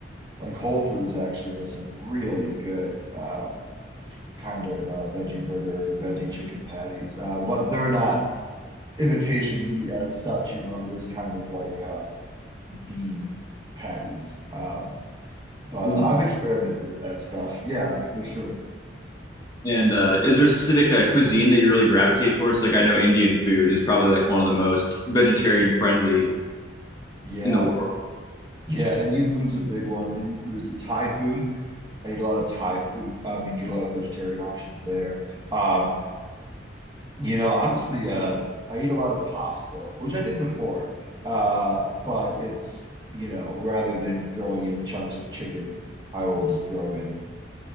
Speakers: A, on the right (about 25°); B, on the left (about 20°).
A: like Whole Foods actually has some really good um kind of uh veggie burger, veggie chicken patties. Uh, but they're not imitation meat as such, you know, they're just kind of like um bean patties. Um, but
B: Mhm.
A: uh, I've experimented with that stuff. Yeah, for sure.
B: And uh, is there a specific uh, cuisine that you really gravitate towards? Like, I know Indian food is probably like one of the most vegetarian friendly
A: Yeah.
B: in the world.
A: Yeah. Indian food's a big one. Indian food is the Thai food. I eat a lot of Thai food. Um, you can get a lot of vegetarian options there. Um, you know, honestly, uh, I eat a lot of pasta, which I did before. Uh, but it's, you know, rather than throwing in chunks of chicken, I will just throw in